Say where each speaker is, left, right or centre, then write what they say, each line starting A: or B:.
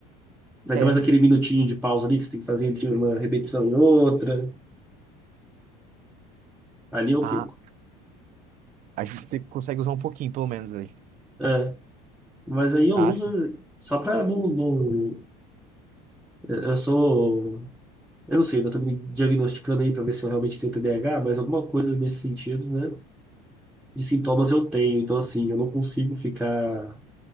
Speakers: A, in the centre; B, on the right.
A: Ainda
B: É,
A: mais aquele minutinho de pausa ali que você tem que fazer entre uma repetição e outra. Ali eu
B: a,
A: fico.
B: a gente você consegue usar um pouquinho, pelo menos, ali.
A: É, mas aí eu
B: Ah,
A: uso
B: sim.
A: só para não, não- Eu eu sou. Eu não sei, eu tô me diagnosticando aí para ver se eu realmente tenho TDAH, mas alguma coisa nesse sentido, né? De sintomas eu tenho. Então, assim, eu não consigo ficar